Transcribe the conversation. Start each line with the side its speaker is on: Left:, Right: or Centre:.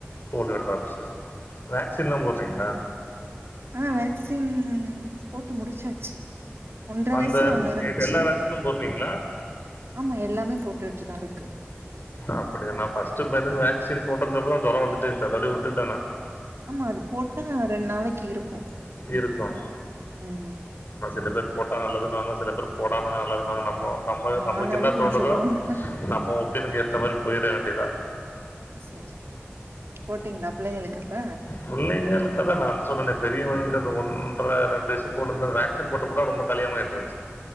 Left: போலியோ ட்ராப்ஸு வேக்சின்லா போட்றிங்ளா
Right: ஆ வேக்சின் போட்டு முடிச்சாச்சு ஒன்ற
Left: அந்த
Right: வயசல ஒன்ன இருந்துச்சு
Left: எல்லா வேக்சினு போடுறீங்களா
Right: ஆமாம் எல்லாமே போட்டுட்டுதா இருக்கு
Left: அப்டியா நா ஃபர்ஸ்ட் பையனுக்கு வேக்சின் போட்டதுக்குப்புறம்தா ஜொர வந்துட்டேந்துச்சு அத அப்டியே விட்டுட்டே நா
Right: ஆமா அது போட்டா ரெண் நாளைக்கு இருக்கும்
Left: இருக்கும்
Right: ம்
Left: ஆனா சில பேர் போட்டா நல்லதுன்னாங்க சில பேர் போடாமந்தா நல்லதுன்னவாங்க நம்மோ நம்ம
Right: ஆமா
Left: நமக்கு
Right: ஆளாளுக்கு
Left: என்ன தோணுதோ
Right: ஒண்ணு சொல்லுவாங்க
Left: நம்ம ஒப்பினுங்க ஏத்த மாரி போய்ற வேண்டியதா
Right: சரி போட்டிங்ளா பிள்ளகளுக்கு அப்ப
Left: புள்ளைங்களுக்கு அதான் நா சொன்னேன்னே பெரியவங்க அந்த ஒன்ற ரெண்டு வரூசம் போட்டுருந்தேன் வேக்சின் போட்டு கூட அவ ரொம்ப கலியான்ட்டுருச்சு